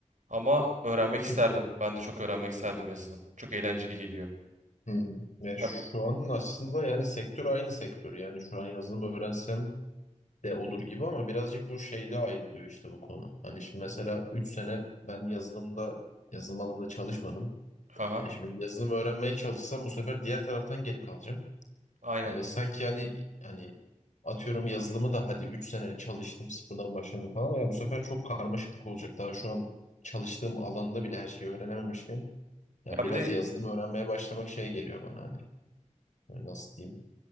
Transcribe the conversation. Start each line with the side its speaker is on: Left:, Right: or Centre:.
Right: Ama öğrenmek
Left: Yani,
Right: isterdim. Ben de çok öğrenmek isterdim yazılım. Çok eğlenceli geliyor.
Left: hı. Ya
Right: Ya
Left: şu an aslında yani sektör aynı sektör yani şu an yazılım öğrensem de olur gibi ama birazcık bu şeyde ayrılıyor işte bu konu. Hani şimdi mesela 3 sene ben yazılımda yazılım alanında çalışmadım.
Right: Haha,
Left: Yani şimdi bir yazılım öğrenmeye çalışsam bu sefer diğer taraftan geri kalacağım.
Right: aynen.
Left: Ee, sanki hani hani atıyorum yazılımı da hadi 3 sene çalıştım sıfırdan başladım falan ya bu sefer çok karmaşıklık olacak. Daha şu an çalıştığım alanda bile her şeyi öğrenememişken ya
Right: Ya
Left: biraz
Right: bir de
Left: yazılım öğrenmeye başlamak şey geliyor bana hani Böyle nasıl diyeyim